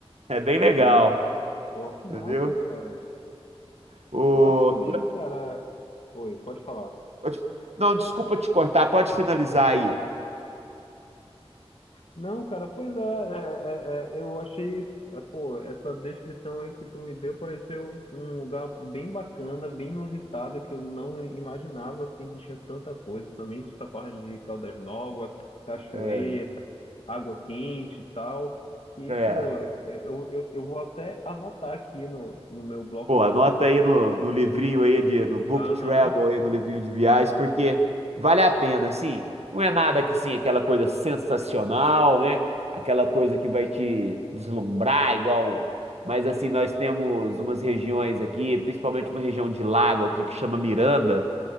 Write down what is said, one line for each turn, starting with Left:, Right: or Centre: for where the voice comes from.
Right: É bem
Left: saquei.
Right: legal,
Left: Uau, que massa,
Right: entendeu?
Left: cara.
Right: O...
Left: Massa mesmo, cara. Oi, pode falar.
Right: Pode- Não, desculpa te cortar, pode finalizar aí.
Left: Não, cara, pois é, é, é, é, eu achei, é, pô, essa descrição aí que tu me deu pareceu um lugar bem bacana, bem inusitado, que eu não imaginava, assim, que tinha tanta coisa, somente essa parte de Caldas Novas, cachoeira.
Right: É,
Left: água quente e tal. E,
Right: é.
Left: pô, eu, eu, eu vou até anotar aqui no, no meu bloco
Right: Pô,
Left: de
Right: anota
Left: notas.
Right: aí no, no livrinho aí, de, no Book
Left: Aham,
Right: Travel aí, no livrinho de viagens,
Left: e
Right: porque vale a pena, assim. Não é nada que, sim, aquela coisa sensacional, né? Aquela coisa que vai te deslumbrar, igual... Mas, assim, nós temos umas regiões aqui, principalmente uma região de lago aqui que chama Miranda,